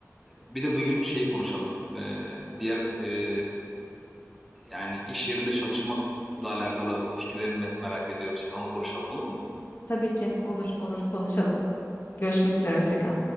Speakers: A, in the centre; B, on the left (about 45°).
A: bir de bugün şeyi konuşalım. E, diğer e, yani iş yerinde çalışmakla alakalı fikirlerini me- merak ediyorum seni onu konuşalım olur mu?
B: tabii ki olur, olur konuşalım. Görüşmek üzere, hoşça kal.